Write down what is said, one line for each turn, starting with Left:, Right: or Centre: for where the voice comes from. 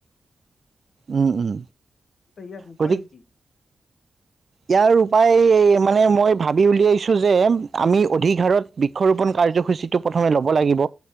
Right: উম উম।
Left: ত' ইয়াৰ উপায়
Right: গতিকে
Left: কি?
Right: ইয়াৰ উপায় মানে মই ভাবি উলিয়াইছো যে আমি অধিক হাৰত বৃক্ষৰোপন কাৰ্যসূচীটো প্ৰথমে লব লাগিব।